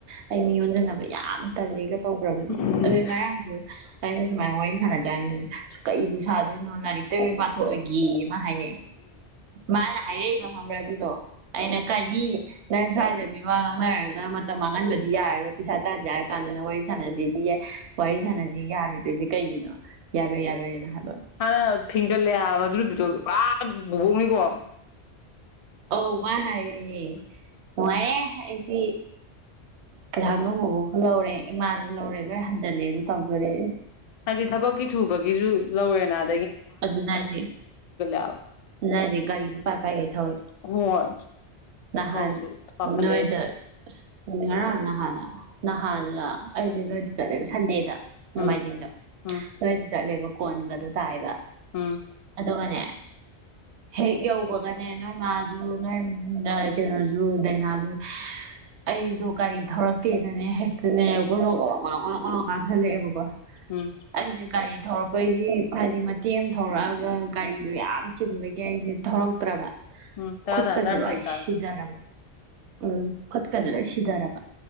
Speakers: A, on the right; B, on the left.
A: ꯑꯩ ꯃꯤ ꯑꯣꯟꯖꯟꯅꯕ ꯌꯥꯝ ꯇꯜꯂꯤꯒ ꯇꯧꯒ꯭ꯔꯕꯅꯤ
B: ꯇꯜꯂꯦꯌꯦ
A: ꯑꯗꯩ ꯉꯔꯥꯡꯁꯨ ꯑꯩꯅ ꯁꯨꯃꯥꯏꯅ ꯋꯥꯔꯤ ꯁꯥꯟꯅ <unintelligible> ꯑꯁ ꯀꯩꯔꯤꯕꯨ ꯁꯥꯗꯣꯏꯅꯣ ꯂꯥꯏꯔꯤꯛꯇꯒꯤ ꯑꯣꯏꯅ ꯄꯥꯊꯣꯛꯑꯒꯦ ꯒꯤ ꯃꯥ ꯍꯥꯏꯅꯦ ꯃꯥꯅ ꯍꯥꯏꯔꯛꯏꯕ ꯈꯪꯕ꯭ꯔꯥ ꯑꯗꯨꯗꯣ ꯑꯩꯅ ꯀꯔꯤ ꯅꯪ ꯁ꯭ꯋꯥꯏꯗ ꯃꯤ ꯋꯥ ꯉꯥꯡꯅꯔꯒ ꯃꯇꯝ ꯃꯥꯡꯍꯟꯕꯗꯤ ꯌꯥꯔꯒ ꯄꯩꯁꯥ ꯇꯥꯟꯖꯦ ꯍꯥꯏꯔ ꯀꯥꯟꯗꯅ ꯋꯥꯔꯤ ꯁꯥꯟꯅꯁꯤꯗꯤ ꯌꯥ ꯋꯥꯔꯤ ꯁꯥꯟꯅꯁꯤ ꯌꯥꯔꯣꯏꯗꯣꯏꯁꯤ ꯀꯩꯒꯤꯅꯣ ꯌꯥꯔꯣꯏ ꯌꯥꯔꯣꯏꯅ ꯍꯥꯏꯕ
B: ꯍꯥꯟꯅ ꯐꯤꯡꯒꯜꯂꯤ ꯍꯥꯏꯕ ꯑꯗꯨ ꯅꯨꯄꯤꯗꯨ ꯄꯨꯔꯥ <unintelligible>
A: ꯑꯧ ꯃꯥ ꯍꯥꯏ ꯅꯨꯡꯉꯥꯏꯔꯦ ꯑꯩꯗꯤ <unintelligible> ꯕꯨꯕꯣꯛꯁꯨ ꯌꯥꯎꯔꯦ ꯏꯃꯥ ꯂꯧꯔꯦ ꯂꯣꯏ ꯍꯟꯖꯤꯜꯂꯦ ꯑꯗꯨ ꯇꯧ ꯗꯣꯔꯤ
B: ꯍꯥꯏꯗꯤ ꯊꯕꯛꯀꯤ ꯊꯨꯕꯒꯤꯁꯨ ꯂꯧꯋꯦꯅ
A: ꯑꯗꯨꯅ ꯍꯥꯏꯁꯤ
B: ꯍꯥꯏꯕ
A: ꯑꯗꯨꯅ ꯍꯥꯏꯁꯤ ꯒꯥꯔꯤꯁꯨ ꯄꯥꯏ ꯄꯥꯏꯒꯩ ꯊꯧꯏꯤ
B: ꯍꯣꯏ
A: ꯅꯍꯥꯟ
B: ꯇꯧꯕꯗꯣ ꯄꯥꯈꯠꯂꯦ
A: ꯅꯣꯏꯗ ꯉꯥꯔꯥꯡꯂꯥ ꯅꯍꯥꯟꯂꯥ ꯅꯍꯥꯟꯂ ꯑꯩꯁꯦ ꯅꯣꯏꯗ ꯆꯠꯂꯦꯕ ꯁꯟꯗꯦꯗ ꯅꯣꯡꯃꯥꯏꯖꯤꯡꯗ
B: ꯎꯝ ꯎꯝ
A: ꯅꯣꯏꯗ ꯆꯠꯂꯦꯕ ꯀꯣꯟꯒꯗꯨ ꯇꯥꯏꯕ
B: ꯎꯨꯝ
A: ꯑꯗꯨꯒꯅꯦ ꯍꯦꯛ ꯌꯧꯕꯒꯅꯦ ꯅꯣꯏ ꯃꯥꯁꯨ ꯅꯣꯏ ꯀꯩꯅꯣꯁꯨ ꯗꯥꯏꯅꯥꯖꯨ ꯑꯩꯗꯣ ꯒꯥꯔꯤ ꯊꯧꯔꯛꯇꯦꯅꯅꯦ ꯍꯦꯛꯇꯅꯦ ꯀꯣ ꯀꯂꯣ ꯀꯂꯣ ꯉꯥꯡꯖꯤꯜꯂꯛꯑꯦꯕꯀꯣ
B: ꯎꯝ
A: ꯑꯩꯁꯦ ꯒꯥꯔꯤ ꯊꯧꯔꯛꯄꯒꯤ ꯍꯥꯏꯗꯤ ꯃꯇꯦꯛ ꯑꯃꯥ ꯊꯧꯔꯛꯑꯒ ꯒꯥꯔꯤꯗꯨ ꯌꯥꯝ ꯆꯤꯟꯕꯒꯤ ꯑꯩꯁꯦ ꯊꯧꯔꯛꯇ꯭ꯔꯕ
B: ꯎꯝ ꯇꯔꯥ
A: ꯈꯨꯠꯀꯁꯦ
B: ꯇꯥꯔꯦ ꯇꯔꯥꯃꯥꯊꯣꯏꯕꯨ
A: ꯂ‌ꯣꯏ
B: ꯇꯥꯔꯦ
A: ꯁꯤꯊꯔꯕ ꯎꯝ ꯂ‌ꯣꯏ ꯁꯤꯗꯔꯕ